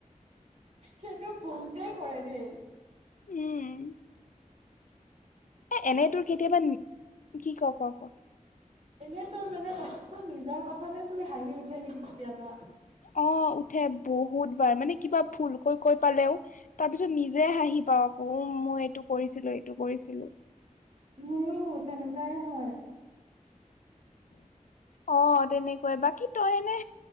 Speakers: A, on the right; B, on the left.
A: সেইটো বহুতেই কৰে দেই।
B: উম, এ, এনেই তোৰ কেতিয়াবা কি ক, ক, ক,?
A: এনেই তোৰ মানে, তোৰ নিজৰ কথাতে তোৰ হাঁহি উঠে নেকি কেতিয়াবা?
B: অ, উঠে বহুত বাৰ, মানে কিবা ভুলকৈ কৈ পালেও তাৰ পিছত নিজে হাঁহি পাওঁ, আকৌ উম, মই এইটো কৰিছিলো, এইটো কৰিছিলো।
A: মোৰো তেনেকুৱাই হয়।
B: অ, তেনেকুৱাই বাকী তই এনে